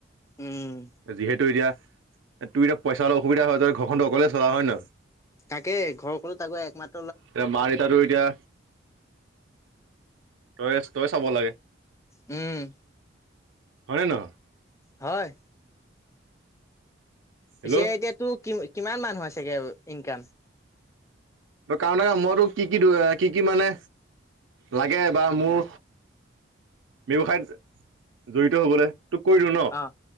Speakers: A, on the left; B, on the right.
A: উম
B: যিহেতু এতিয়া, তোৰ এতিয়া পইচাৰ অলপ অসুবিধা হয়, তই ঘৰখনটো অকলে চলাৱ, হয় নে নহয়?
A: তাকেই, ঘৰখনো তাকো একমাত
B: এতিয়া, মা দেতাটো এতিয়া তইয়ে তই চাব লাগে।
A: উম।
B: হয় নে নহয়?
A: হয়।
B: হেল্ল'
A: পিছে এতিয়া তোৰ কি কিমান মানুহ আছেগে ইনকাম?
B: কাৰণেকা-মইতো কি কি-দু-কি কি মানে, লাগে বা মোৰ? ব্যৱসায়ত জড়িত হবলৈ। তোক কৰি দিওঁ ন?
A: অ',